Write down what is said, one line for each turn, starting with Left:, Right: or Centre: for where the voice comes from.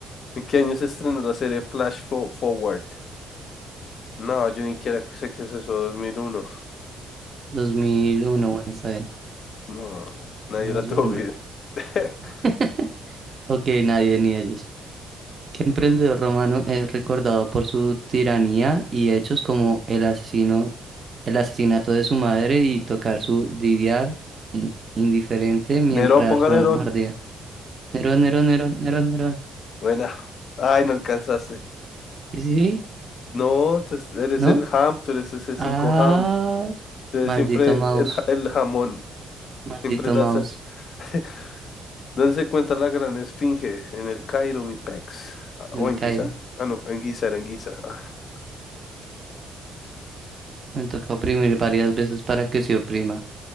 Left: ¿En qué año se estrenó la serie Flash Fo- Forward? No, yo ni quiera que sé qué es eso, dos mil uno
Right: 2001, bueno, está bien.
Left: No, nadie
Right: No,
Left: la
Right: dos
Left: tuvo
Right: mil nueve.
Left: bien. <laughs>
Right: <laughs> Ok, nadie ni ellos. ¿Qué emprendedor romano es recordado por su tiranía y hechos como el asesino, el asesinato de su madre y tocar su lidiar i- indiferente mientras
Left: Nerón, ponga
Right: Roma
Left: Nerón.
Right: ardía? Nerón, Nerón, Nerón, Nerón, Nerón.
Left: Buena. Ay, no alcanzaste.
Right: Sí, sí, sí,
Left: No, tú es- eres
Right: ¿no?
Left: el ham, tú eres ese
Right: Ah,
Left: 5 ham. Tú eres
Right: maldito
Left: siempre
Right: mouse,
Left: el, ja- el jamón.
Right: maldito
Left: Siempre das.
Right: mouse,
Left: <laughs> Dense cuenta la gran esfinge en el Cairo, mi pex. Ah,
Right: el
Left: ¿O en
Right: Cairo.
Left: Guizar? Ah, no, en Guizar, en Guizar. Ah,
Right: Me toca oprimir varias veces para que se oprima.